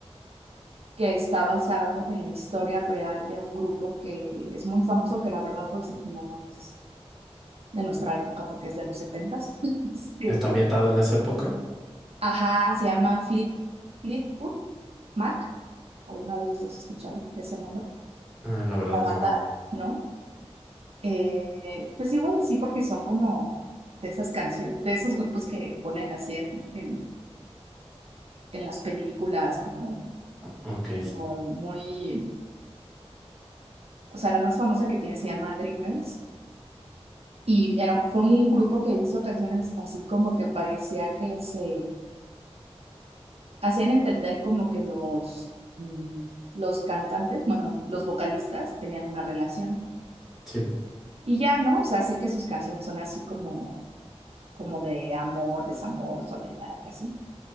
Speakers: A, on the right; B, in the centre.
A: que está basado en la historia real de un grupo que es muy famoso, que la verdad pues no es de nuestra época porque es de los setentas. <laughs>
B: ¿Está ambientada en esa época?
A: Ajá, se llama Flip, Fleetwood Mac. ¿Alguna vez los has escuchado ese nombre?
B: Ah, la verdad,
A: La banda,
B: no.
A: ¿no? Eh, pues igual sí, porque son como de esas canciones, de esos grupos que ponen así en, en, en las películas, como,
B: Ok,
A: como muy. O sea, la más famosa que tiene se llama Dreamers. Y era, fue un grupo que hizo canciones así como que parecía que se hacían entender como que los, mm, los cantantes, bueno, los vocalistas tenían una relación.
B: sí.
A: Y ya, ¿no? O sea, sé que sus canciones son así como, como de amor, desamor, soledad y así.